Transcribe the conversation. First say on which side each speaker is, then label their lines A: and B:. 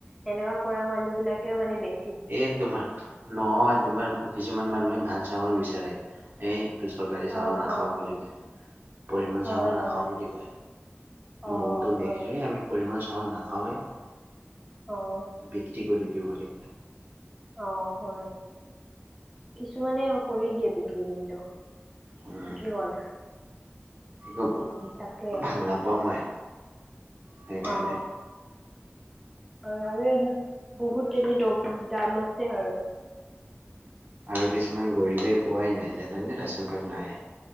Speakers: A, in the centre; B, on the right (about 50°).
A: সেনেকা কৰা মানুহ বিলাকেও মানে বেছি
B: এ তোমাৰ, নহয় তোমাৰ কিছুমান মানুহে ভাল চাউল বিচাৰে। এই চৰকাৰী চাউল
A: অ',
B: নাখাওঁ,
A: অ',
B: বুলি কয় পৰিমাণ
A: হয়,
B: চাউল
A: হয়,
B: নাখাওঁ বুলি কয়।
A: অ',
B: বহুতক
A: হয়,
B: দেখিছোঁ আমি পৰিমাণ চাউল নাখাওয়ে।
A: অ'।
B: বিক্ৰী কৰি দিওঁ বুলি।
A: অ' হয়, কিছুমানে কৰি দিয়ে বিক্ৰী কিন্তু।
B: উম
A: ঠিকে ক'লা।
B: একো
A: উম তাকে,
B: ভাল নাপাওঁ মই সেইকাৰণে
A: অ'। হয় আৰু, এ বহুত এনে দম দাম আছে আৰু।
B: আৰু কিছুমান গৰীবে পোৱাই নাই জানে ৰেচন কাৰ্ড নাই।